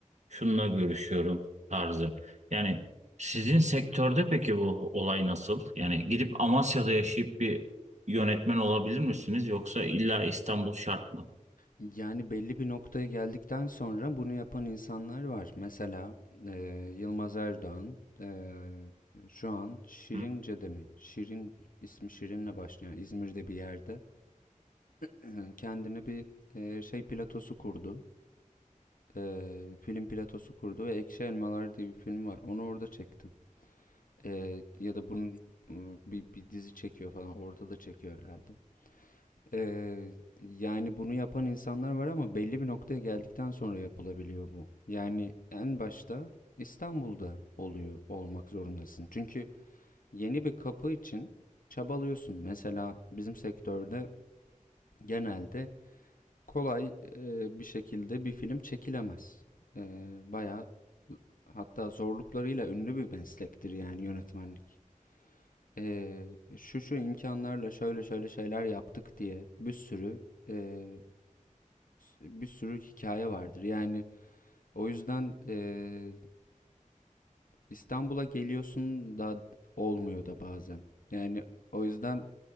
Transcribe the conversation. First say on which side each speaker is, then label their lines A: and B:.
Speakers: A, on the right; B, on the left.
A: Şununla görüşüyorum tarzı. Yani sizin sektörde peki bu olay nasıl? Yani gidip Amasya'da yaşayıp bir yönetmen olabilir misiniz yoksa illa İstanbul şart mı?
B: Yani belli bir noktaya geldikten sonra bunu yapan insanlar var. Mesela e, Yılmaz Erdoğan e, şu an Şirince'de
A: Hı
B: mi? Şirin ismi Şirin'le başlayan İzmir'de bir yerde e, kendine bir e, şey platosu kurdu. E, film platosu kurdu ve Ekşi Elmalar diye bir film var. Onu orada çekti. Eee, ya da bunun ıı, bir, bir dizi çekiyor falan. Orada da çekiyor herhalde. Eee, yani bunu yapan insanlar var ama belli bir noktaya geldikten sonra yapılabiliyor bu. Yani en başta İstanbul'da oluyor olmak zorundasın. Çünkü yeni bir kapı için çabalıyorsun. Mesela bizim sektörde genelde kolay e, bir şekilde bir film çekilemez. E, bayağı hatta zorluklarıyla ünlü bir meslektir yani yönetmenlik. e, şu şu imkanlarla şöyle şöyle şeyler yaptık diye bir sürü e, bir sürü hikaye vardır. Yani o yüzden e, İstanbul'a geliyorsun da olmuyor da bazen. Yani o yüzden